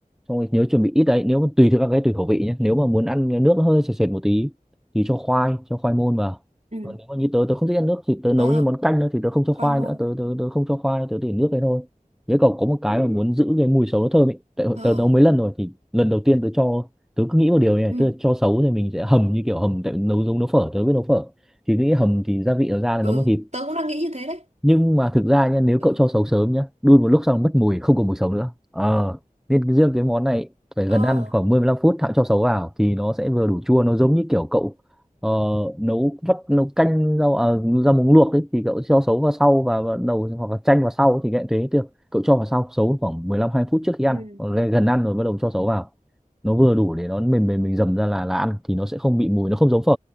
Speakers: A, in the centre; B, on the right (about 55°).
A: xong rồi nhớ chuẩn bị ít đấy nếu mà tùy theo các cái tùy khẩu vị nhé nếu mà muốn ăn cái nước nó hơi sệt sệt một tí thì cho khoai cho khoai môn vào
B: ừ
A: còn nếu mà như tớ tớ không thích ăn nước thì tớ
B: ờ
A: nấu như món canh nữa thì tớ không cho
B: khoai
A: khoai
B: môn
A: nữa tớ tớ tớ không cho khoai tớ để nước đấy thôi thế còn có một cái mà Ừ. muốn giữ cái mùi sấu nó thơm ấy tại
B: ờ
A: tớ nấu mấy lần rồi thì lần đầu tiên tớ cho tớ cứ nghĩ một điều như này
B: ừ
A: tức là cho sấu thì mình sẽ hầm như kiểu hầm tại nấu giống nấu phở tớ biết nấu phở thì cứ nghĩ hầm thì gia vị nó ra là
B: ừ
A: nấu bằng thịt
B: tớ cũng đang nghĩ như thế đấy
A: nhưng mà thực ra nha nếu
B: ừ
A: cậu cho sấu sớm nhá đun một lúc xong mất mùi không còn mùi sấu nữa ờ nên cái- riêng cái món này phải gần
B: ờ
A: ăn khoảng mười lăm phút hãng cho sấu vào thì nó sẽ vừa đủ chua nó giống như kiểu cậu ờ, nấu vắt nấu canh rau à, rau muống luộc ấy thì cậu cho sấu vào sau và và đầu hoặc là chanh vào sau thì cũng thế được cậu cho vào sau sấu khoảng mười lăm hai phút trước khi ăn
B: ừ
A: Còn gần gần ăn rồi bắt đầu cho sấu
B: ừ
A: vào nó vừa đủ để nó mềm mềm mình dầm ra là là ăn thì nó sẽ không bị mùi nó không giống phở